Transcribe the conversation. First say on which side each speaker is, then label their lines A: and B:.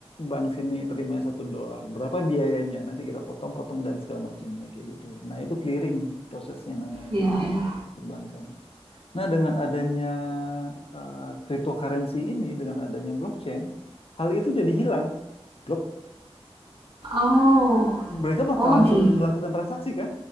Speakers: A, on the left; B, on the right.
A: Bank sini terima satu dolar. Berapa biayanya? Nanti kita potong-potong dan segala macamnya kayak gitu. Nah itu clearing prosesnya namanya
B: ya, ya.
A: di perbankan. Nah, dengan adanya eh, cryptocurrency ini, dengan adanya blockchain, hal itu jadi hilang. Blok,
B: Oh,
A: mereka bakal
B: oh
A: langsung
B: gitu.
A: melakukan transaksi kan?